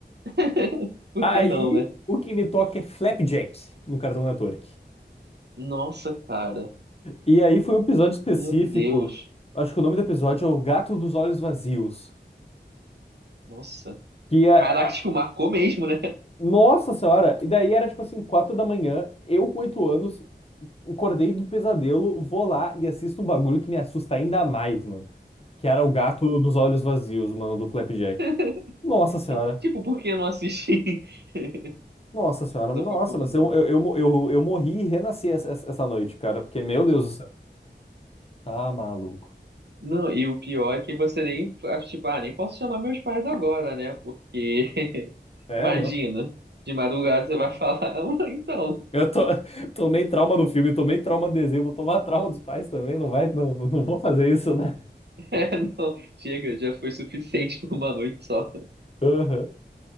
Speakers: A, on the right; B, on the left.
A: <laughs> Por
B: Aí
A: que não, né?
B: o que me toca é Flapjack no Cartoon Network.
A: Nossa, cara.
B: E aí foi um episódio específico.
A: Meu Deus.
B: Acho que o nome do episódio é O Gato dos Olhos Vazios.
A: Nossa.
B: Que é.
A: Caraca,
B: a-
A: tipo, marcou mesmo, né?
B: Nossa Senhora! E daí era tipo assim, quatro da manhã, eu com oito anos, acordei do pesadelo, vou lá e assisto um bagulho que me assusta ainda mais, mano. Que era o gato dos olhos vazios, mano, do Flapjack.
A: <laughs>
B: Nossa Senhora!
A: Tipo, por que eu não assisti? <laughs>
B: Nossa Senhora! Nossa,
A: Só pra combinar.
B: mas eu, eu, eu, mo- eu, eu morri e renasci essa, essa essa noite, cara, porque, meu Deus do céu. Tá maluco.
A: Não, e o pior é que você nem, ah, tipo, ah, nem posso chamar meus pais agora, né? Porque
B: É,
A: Imagina,
B: não.
A: de madrugada você vai falar, <laughs> "Ah, então,
B: Eu to- <laughs> tomei trauma do filme, tomei trauma do desenho, vou tomar trauma dos pais também, não vai, não, não vou fazer isso, né?
A: é, não, chega, já foi suficiente por uma noite só.
B: Aham.